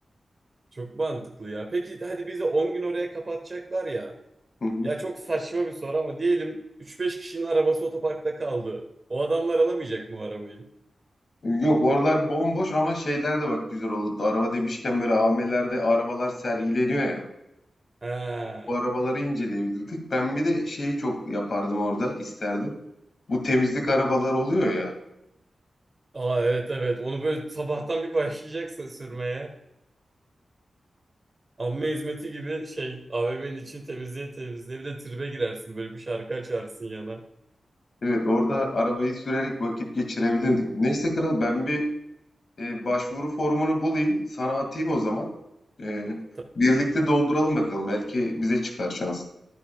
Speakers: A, on the right; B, on the left.
A: Çok mantıklı ya. Peki hadi bizi 10 gün oraya kapatacaklar ya.
B: Hı hı.
A: Ya çok saçma bir soru ama diyelim üç beş kişinin arabası otoparkta kaldı. O adamlar alamayacak mı o arabayı?
B: Yok oralar bomboş ama şeyler de bak güzel olurdu. Araba demişken böyle AVM'lerde arabalar sergileniyor ya.
A: Ha.
B: Bu arabaları inceleyebilirdik. Ben bir de şeyi çok yapardım orada isterdim. Bu temizlik arabaları oluyor ya.
A: Aa evet evet. Onu böyle sabahtan bir başlayacaksın sürmeye. Amme hizmeti gibi şey AVM'nin için temizliğe temizliğe bir de tribe girersin böyle bir şarkı açarsın yana.
B: Evet orada arabayı sürerek vakit geçirebilirdik. Neyse kral ben bir Eee, başvuru formunu bulayım, sana atayım o zaman. Eee,
A: Ta-
B: birlikte dolduralım bakalım. Belki bize çıkar şans.